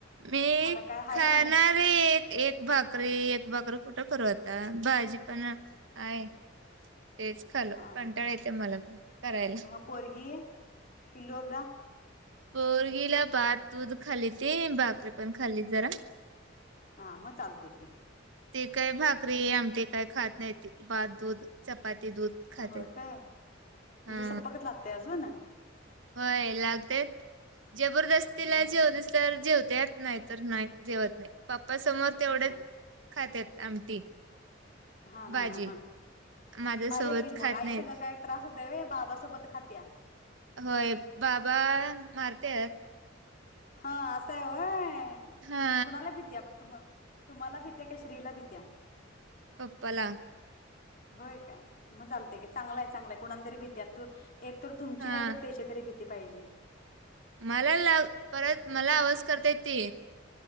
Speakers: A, on the right; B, on the left.
A: वेखन
B: मग आता काय हाय का नाही
A: अरे एक एक भाकरी एक भाकरी कुठं करू होता भाजी पण आहेय तेच खाल
B: हा
A: पंटाळ
B: हा
A: येते मला पण करायला.
B: मग पोरगी पिलूरला
A: पोरगीला भात दूध खाल्ली ते भाकरी पण खाल्ली जरा
B: हा मग चालते की.
A: ती काही भाकरी आमटी काही खात नाहीती भात दूध चपाती दूध खाते.
B: होय काय म्हणजे
A: हा
B: सपपकत लागते अजून
A: होय लागते जबरदस्तीला
B: हा
A: जेवन
B: हा
A: तरर जेवते. नाही तर नाही जेवत नाही पाप्पा समोर तेवढेच
B: हा
A: खातेत आमटी
B: हा
A: भाजी
B: हा हा हा.
A: माझ्यासोबत
B: बर आहे की
A: खात
B: मग आई
A: नाहीत.
B: सांग काय त्रास होतय वे बाबाासोबत खात्या
A: होय बाबा मारतेय.
B: हा असं आहे व
A: हा
B: कुणाला भीतीया प तु मग तुम्हाला भित्या का श्रीला भित्या
A: पपला
B: होय काय मग चालत क चांगलाय चांगलाय कुणा तरी भीती तू एक तर तुमची
A: हा
B: नाही तर त्याची तरी भीती पाहिजे.
A: मला ला परत मला आवाज करता येत त